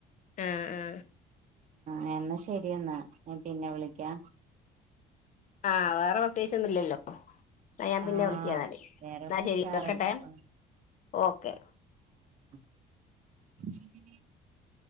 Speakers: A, on the left; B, on the right.
A: ആ ആ
B: ആ എന്നാ ശരി എന്നാ ഞാൻ പിന്നെ വിളിക്കാം
A: ആ വേറെ പ്രത്യേകിച്ചൊന്നും ഇല്ലല്ലോ ഇന്നാ ഞാൻ
B: ആഹ്
A: പിന്നെ വിളിക്കാ ന്നാല്
B: വേറെക്കെ
A: ശരി
B: ഉഷാറായി
A: വെക്കട്ടെ
B: പോണ്.
A: ഓക്കെ
B: <inaudible>